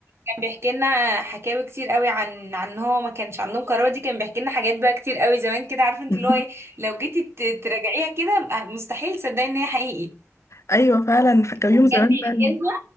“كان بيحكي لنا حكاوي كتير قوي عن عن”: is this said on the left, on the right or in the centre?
Right